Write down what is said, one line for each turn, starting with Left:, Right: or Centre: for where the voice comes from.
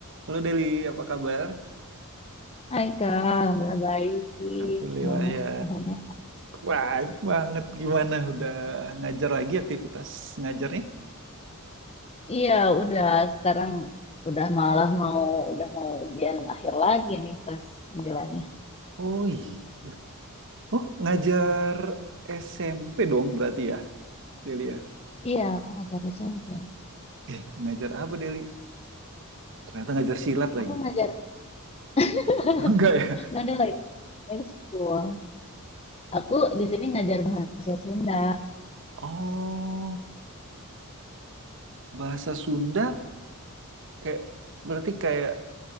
Right: Halo Deli, apa kabar?
Left: Hai Kak, Alhamdulillah baik.
Right: Alhamdulillah
Left: Gimana
Right: ya.
Left: kabarnya?
Right: Baik banget gimana udah ngajar lagi aktivitas ngajarnya?
Left: Iya, udah sekarang udah malah mau udah mau ujian akhir lagi nih kelas 9
Right: Oh iya. Oh, ngajar SMP dong berarti ya, Deli ya.
Left: Iya, aku ngajar SMP.
Right: Eh, ngajar apa Deli? Ternyata ngajar silat lagi.
Left: Aku ngajar <laughs>
Right: <laughs> Enggak ya?
Left: nggak ada lagi High school. Aku di sini ngajar bahasa Sunda.
Right: Oh, bahasa Sunda kayak berarti kayak